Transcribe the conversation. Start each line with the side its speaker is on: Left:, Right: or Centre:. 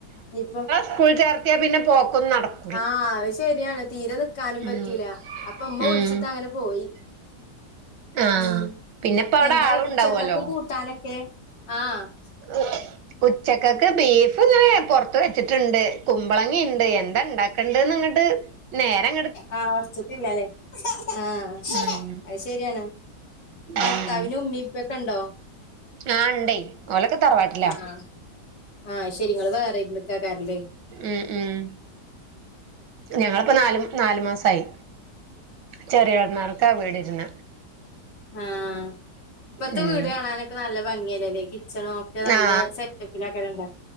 Left: ഇനിയിപ്പോ-
Right: സ്കൂൾ ചേർത്തിയാൽ പിന്നെ പോക്കൊന്നും നടക്ക്
Left: ആഹ് അത് ശരിയാണ് തീരെ നിക്കാനും
Right: ഉം
Left: പറ്റൂല അപ്പ ഉമ്മ
Right: ഉം
Left: വിളിച്ചിട്ട് അങ്ങനെ പോയി-
Right: ആഹ്
Left: ഉം
Right: പിന്നെപ്പ അവിടെ
Left: എന്താ
Right: ആളുണ്ടാവല്ലോ
Left: ഉച്ചക്കൊക്ക് കൂട്ടാനൊക്കെ ആഹ് -
Right: <inaudible> ഉച്ചക്കക്ക് ബീഫ് ഇങ്ങനെ പൊറത്ത് വെച്ചിട്ടുണ്ട് കുമ്പളങ്ങിണ്ട് എന്താ ഉണ്ടാക്കേണ്ടന്ന്ങ്ങിട്ട്- നേരെ-
Left: ആഹ് ഉറച്ചിട്ടില്ലല്ലേ ആഹ
Right: ഉം
Left: അത് ശരിയാണ് ഭർത്താവിന്
Right: ഉം
Left: ഉമ്മി ഇപ്പിക്കെ ഉണ്ടോ
Right: ആ ഇണ്ടേ ഓലൊക്കെ തറവാട്ടില്ല
Left: ആഹ് ആഹ് ശെരിങ്ങ വേറെ നിക്കാ കാരല്ലേ
Right: ഉം ഉം ഞങ്ങളിപ്പോ നാല് നാലു മാസമായി ചരി എഴ നാല്ക്ക ആ ബേട ഇന
Left: ആഹ ഇപ്പത്തെ
Right: ഉം
Left: വീട് കാണാനൊക്കെ നല്ല ഭംഗിയല്ലേല്ലേ കിച്ചണോ? നല്ല
Right: ആ
Left: സെറ്റപ്പിലൊക്കെണ്ട